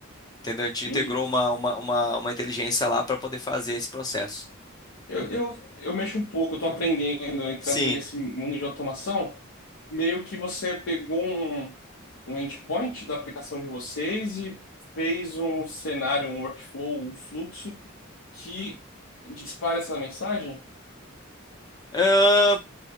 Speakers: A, on the left (about 20°); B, on the left (about 80°).
A: Entendeu? A gente integrou
B: Entendi.
A: uma, uma, uma, uma inteligência lá para poder fazer esse processo.
B: Eu, eu, eu mexo um pouco, eu tô aprendendo, entrando
A: Sim.
B: nesse mundo de automação. Meio que você pegou um, um endpoint da aplicação de vocês e fez um cenário, um workflow, um fluxo que dispara essa mensagem.
A: Ahn,